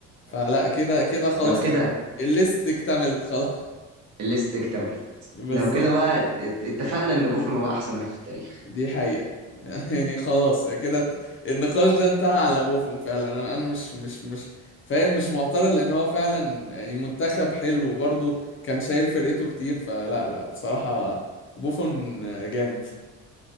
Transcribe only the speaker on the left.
فلا
كده كده خلاص
الليست اكتملت خلاص <laughs>
بالظبط
دي حقيقة <laughs> يعني خلاص يعني كده ت- النقاش ده انتهى على بوفون فعلا انا انا مش مش مش فاهم مش معترض لان هو فعلا يعني منتخب حلو وبرضه كان شايل فرقته كتير فلا لا بصراحة بوفون جامد